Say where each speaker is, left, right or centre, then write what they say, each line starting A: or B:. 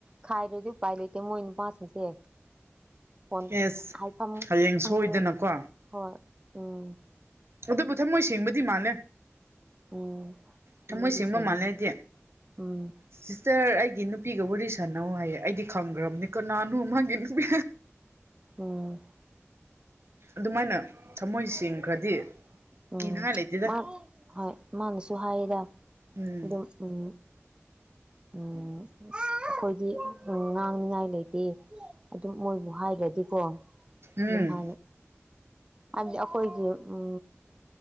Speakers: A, on the right (about 20°); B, on the right (about 60°).
A: ꯈꯥꯏꯗ꯭ꯔꯗꯤ ꯎꯄꯥꯏ ꯂꯩꯇꯦ ꯃꯣꯏ ꯅꯨꯄꯥꯁꯤꯡꯁꯦ ꯄꯣꯟ
B: ꯑꯦꯁ
A: ꯍꯥꯏꯐꯝ
B: ꯍꯌꯦꯡ
A: ꯈꯪꯉ
B: ꯁꯣꯏꯗꯅꯀꯣ
A: ꯍꯣꯏ ꯎꯝ
B: ꯑꯗꯨꯕꯨ ꯊꯝꯃꯣꯏ ꯁꯦꯡꯕꯗꯤ ꯃꯥꯜꯂꯦ
A: ꯎꯝ
B: ꯊꯃꯣꯏ
A: ꯃꯣꯏꯗꯤ
B: ꯁꯦꯡꯕ
A: ꯁꯦꯡꯉꯤ
B: ꯃꯥꯜꯂꯦ ꯍꯥꯏꯗꯤ
A: ꯎꯝ
B: ꯁꯤꯁꯇꯔ ꯑꯩꯒꯤ ꯅꯨꯄꯤꯒꯕꯨꯔꯤꯁꯅꯧ ꯍꯥꯏꯌꯦ ꯑꯩꯗꯤ ꯈꯪꯈ꯭ꯔꯕꯅꯤ ꯀꯅꯥꯅꯣ ꯃꯥꯒꯤ ꯅꯨꯄꯤ
A: ꯎꯝ
B: ꯑꯗꯨꯃꯥꯏꯅ ꯊꯃꯣꯏ ꯁꯦꯡꯈ꯭ꯔꯗꯤ
A: ꯎꯝ
B: ꯀꯤꯅꯤꯡꯉꯥꯏ ꯂꯩꯇꯦꯗ
A: ꯃꯥ ꯍꯣꯏ ꯃꯥꯅꯁꯨ ꯍꯥꯏꯌꯦꯗ
B: ꯎꯝ
A: ꯑꯗꯨꯝ ꯎꯝ ꯎꯝ ꯑꯩꯈꯣꯏꯗꯤ ꯉꯥꯡꯅꯤꯉꯥꯏ ꯂꯩꯇꯦ ꯑꯗꯨꯝ ꯃꯣꯏꯕꯨ ꯍꯥꯏꯔꯗꯤꯀꯣ
B: ꯎꯝ
A: ꯑꯗꯨꯝ ꯍꯥꯏꯅꯩ ꯍꯥꯏꯕꯗꯤ ꯑꯩꯈꯣꯏꯒꯤ ꯎꯝ